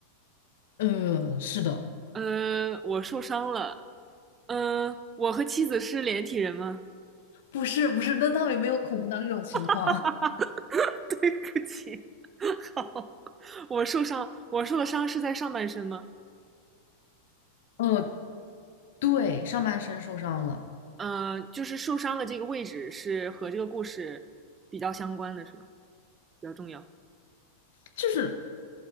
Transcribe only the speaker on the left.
呃，是的，
不是不是，那倒也没有恐怖到那种情况。
<laughs> 呃，对，上半身受伤了，
就是，